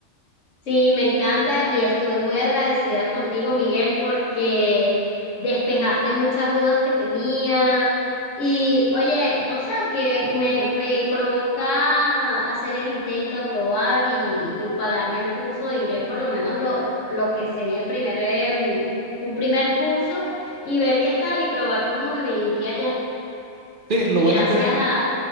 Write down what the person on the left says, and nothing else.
Sí, me encanta y estoy muy agradecida contigo, Miguel, porque despejaste muchas dudas que tenía. Y oye, no sé, que me, me provoca hacer el intento de probar y, y pagarme el curso de inglés, por lo menos lo, lo que sería el primer, em, un primer curso, y ver qué tal y probar cómo me, me iría ya.
Y
gracias
a,